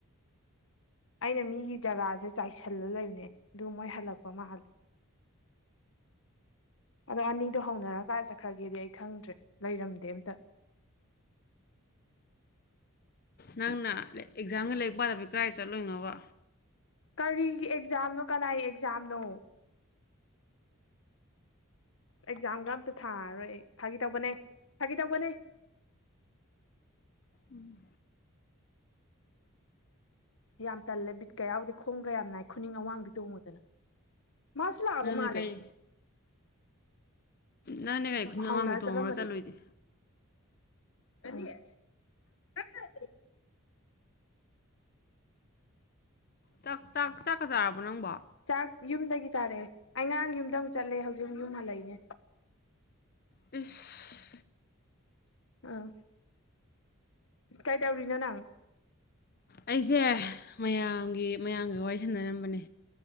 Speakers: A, on the left; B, on the left.
A: ꯑꯩꯅ ꯃꯤꯒꯤ ꯖꯒꯥꯁꯦ ꯆꯥꯏꯁꯤꯜꯂ ꯂꯩꯕꯅꯦ ꯑꯗꯨ ꯃꯣꯏ ꯍꯜꯂꯛꯄ ꯃꯥꯜꯂꯦ꯫ ꯑꯗꯣ ꯑꯅꯤꯗꯣ ꯍꯧꯅꯔꯀꯥꯟ ꯆꯠꯈ꯭ꯔꯒꯦꯗꯤ ꯑꯩ ꯈꯪꯗ꯭ꯔꯦ ꯂꯩꯔꯝꯗꯦ ꯑꯝꯇ
B: ꯅꯪꯅ ꯑꯦꯛꯖꯥꯝꯒ ꯂꯩꯔꯤꯛ ꯄꯥꯗꯕꯤ ꯀꯗꯥꯥꯏ ꯆꯠꯂꯣꯏꯅꯣꯕ
A: ꯀꯔꯤꯒꯤ ꯑꯦꯛꯖꯥꯝꯅꯣ ꯀꯅꯥꯏ ꯑꯦꯛꯖꯥꯝꯅꯣ ꯑꯦꯛꯖꯥꯝꯒ ꯑꯝꯇ ꯊꯥꯔꯣꯏ ꯑꯩ ꯐꯥꯒꯤ ꯇꯧꯕꯅꯦ ꯐꯥꯒꯤ ꯇꯧꯕꯅꯦ꯫
B: ꯎꯝ
A: ꯌꯥꯝ ꯇꯜꯂꯦ ꯕꯤꯠꯀ ꯌꯥꯎꯗꯦ ꯈꯣꯡꯒ ꯌꯥꯝ ꯅꯥꯏ ꯈꯨꯅꯤꯡ ꯑꯋꯥꯡꯕꯤ ꯇꯣꯡꯕꯁꯦ꯫ ꯃꯣꯏꯁꯨ ꯂꯛꯑꯕꯥ
B: ꯅꯪꯅꯦ
A: ꯃꯥꯜꯂꯦ꯫
B: ꯀꯩ ꯅꯪꯅꯦ ꯀꯩ ꯈꯨꯅꯤꯡ
A: ꯍꯧꯅꯔ
B: ꯑꯉꯥꯡꯕꯤ ꯇꯣꯡꯉꯨꯔ
A: ꯆꯠꯂꯝꯃꯗꯤ
B: ꯆꯠꯂꯨꯏꯗꯤ
A: ꯀꯔꯤ
B: ꯆꯥꯛ ꯆꯥꯛ ꯆꯥꯛꯀ ꯆꯥꯔꯕꯣ ꯅꯪꯕꯣ?
A: ꯆꯥꯛ ꯌꯨꯝꯗꯒꯤ ꯆꯥꯔꯛꯑꯦ ꯑꯩꯉꯥꯡ ꯌꯨꯝꯗ ꯑꯃꯨꯛ ꯆꯠꯂꯦ ꯍꯧꯖꯤꯛ ꯑꯃꯨ ꯌꯨꯝ ꯍꯜꯂꯛꯏꯅꯦ
B: ꯏꯁ
A: ꯑꯥ ꯀꯩꯗꯧꯔꯤꯅꯣ ꯅꯪ
B: ꯑꯩꯁꯦ ꯃꯌꯥꯝꯒꯤ ꯃꯌꯥꯝꯒꯤ ꯋꯥꯔꯤ ꯁꯥꯟꯅꯔꯝꯕꯅꯦ